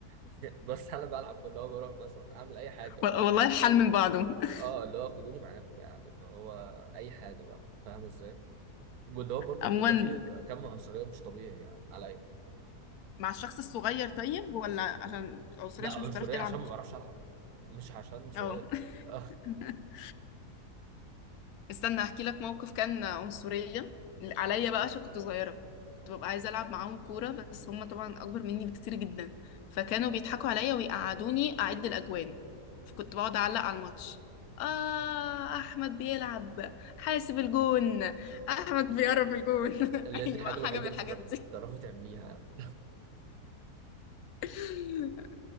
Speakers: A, on the right; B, on the left.
A: <laughs> بس انا بلعب اللي هو بروح مثلا اعمل اي حاجه بقى
B: وال- والله
A: يعني
B: الحال من بعضه <laughs>
A: اه اللي هو خدوني معاكم يعني اللي هو اي حاجه بقى فاهم ازاي واللي هو برضو
B: عموما
A: بيبقى فيه كم عنصريه مش طبيعي يعني عليا
B: مع الشخص الصغير طيب ولا عشان عنصرية
A: لا
B: عشان
A: عنصريه
B: مش بتعرف تلعب
A: عشان ما بعرفش العب مش عشان صغير
B: اه
A: <laughs> آه.
B: <laughs> استنى احكي لك موقف كان عنصرية عليا بقى عشان كنت صغيرة كنت ببقى عايزة ألعب معاهم كورة بس هم طبعا أكبر مني بكتير جدا فكانوا بيضحكوا عليا ويقعدوني أعد الأجوان فكنت بقعد أعلق على الماتش آه أحمد بيلعب حاسب الجون أحمد بيقرب الجون <laughs>
A: اللي هي دي
B: أيوة
A: الحاجه
B: حاجة
A: الوحيده
B: من
A: اللي
B: الحاجات
A: تقدر-
B: دي
A: تعرفي تعمليها
B: <laughs>